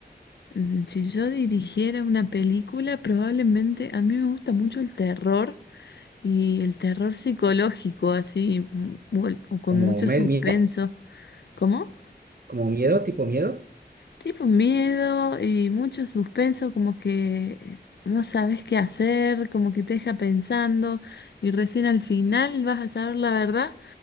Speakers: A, on the left; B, on the right.
A: Mm, Si yo dirigiera una película, probablemente a mí me gusta mucho el terror. Y el terror psicológico, así, mu- mu- o con
B: ¿Como
A: mucho
B: me-
A: suspenso.
B: miedo?
A: ¿Cómo?
B: ¿Como miedo, tipo miedo?
A: Tipo miedo y mucho suspenso, como que no sabes qué hacer, como que te deja pensando y recién al final vas a saber la verdad.